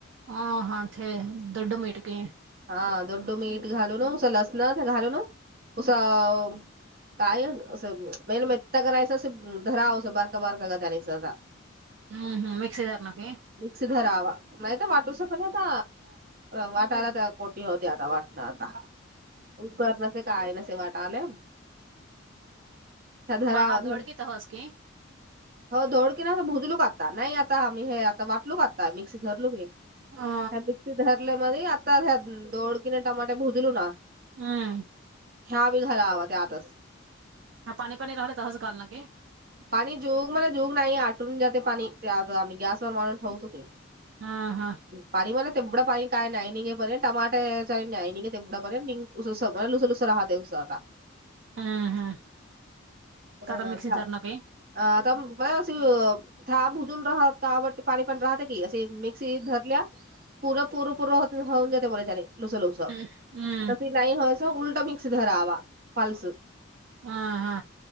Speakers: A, on the right (about 65°); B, on the right (about 45°).
A: आ हा इथे दुड मिटके.
B: <unintelligible> <unintelligible> <inaudible>
A: हम् हम मिक्सी जार नकी.
B: मिक्स धरावा नाहीत वाटूस पण आता वाटायला तर कोटी होते आता वाटू आता उकर नसे काय नसे वाट आले. धरावाधर.
A: मग हा दोड की तहस की
B: हो धोड की नाहीता भुजलू का आता नाही आता आम्ही हे आता वाटलू का आता मिक्स धरलू की.
A: ओ
B: ह मिक्स धरले मध आता्या दोडकीिने टमाटे भुजलू ना.
A: हम्म.
B: ह्या बी घाला हवा त्या आतच.
A: न पाणी पाणी रहर जहस कालना की
B: पाणी जोग मला जोग नाही आटून जाते पाणी आम्ही गॅसवर मारून ठेवतो की.
A: हा हा
B: पाणी मला तेवढं पाणी काय नाही नाही का पर्य टमाटे नाही तेवढा बर लुस लुस राहते उहता.
A: हम्म हम्म
B: अम
A: आता मिक्सी धरणं की
B: अता म अशी थाब भुजून राहात का आवटते पाणी पण राहत की असे मिक्सी धरल्या. पुरं पूर पूर होऊन जाते बोलायच्या लुस लुस
A: हम्म हम्म
B: त नाही होस उलट मिक्स धरावा पाल्स.
A: हा. हा